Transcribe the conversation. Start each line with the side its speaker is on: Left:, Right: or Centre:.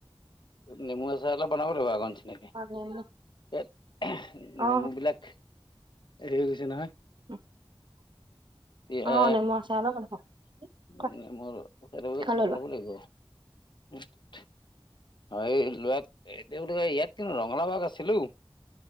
Left: নেমু আচাৰ অলপ বনাব লাগিব আগৰ নিচিনাকে।
Right: অ নেমু অ
Left: নেমু বিলাক হেৰি হৈ গৈছে নহয়।
Right: <unintelligible>
Left: এ,
Right: অ নেমু আচাৰ অলপ
Left: নেমুৰ
Right: খোৱা
Left: আচাৰ
Right: এখন
Left: কে
Right: লৈ
Left: বনাব
Right: লোৱা
Left: লাগিব আও। <unintelligible> অ', এই ল' ইয়াত কিন্তু ৰঙালাউ আগ আছিলে ও।